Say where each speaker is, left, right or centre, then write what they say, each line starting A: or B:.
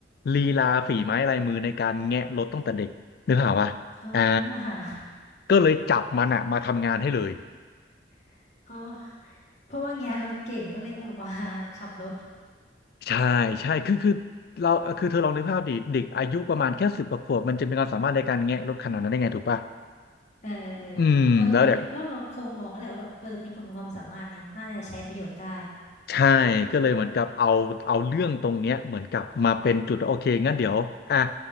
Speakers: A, on the left (about 55°); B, on the left (about 40°).
A: ลีลาฝีไม้ลายมือในการแงะรถตั้งแต่เด็กนึกภาพวะอ่า
B: อ่า
A: ก็เลยจับมันอะมาทำงานให้เลย
B: <laughs> เอาเพราะว่าแงรถเก่งก็เลยเอามาขับรถ
A: ใช่ใช่คือคือเราคือเธอลองนึกภาพดิเด็กอายุประมาณแค่สิบกว่าขวบมันจะมีความสามารถในการแงะรถขนาดนั้นได้ไงถูกป่ะ
B: เออเออเออก็เคยก็เราคงมองก็แหละว่าแบบเออเป็นคนมีความสามารถงั้นน่าจะใช้ประโยชน์ได้
A: อืมแล้วเนี่ย ใช่ก็เลยเหมือนกับเอาเอาเรื่องตรงเนี้ยเหมือนกับมาเป็นจุดโอเคงั้นเดี๋ยวอ่ะ